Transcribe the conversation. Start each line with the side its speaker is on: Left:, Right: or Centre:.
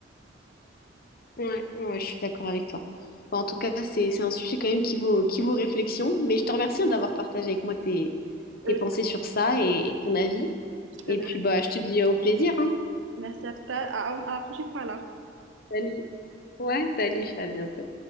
Left: Ouais, ouais, ouais, je suis d'accord avec toi. Bon, en tout cas, c'est, c'est un sujet quand même qui vaut, qui vaut réflexion, mais je te remercie hein, d'avoir partagé avec moi tes, tes
Right: Euh,
Left: pensées sur ça et, et ton avis.
Right: je
Left: Et
Right: te
Left: puis, bah, je te dis euh, au plaisir, hein.
Right: Merci à tout à, à à la prochaine fois alors.
Left: Salut. Ouais, salut, à bientôt.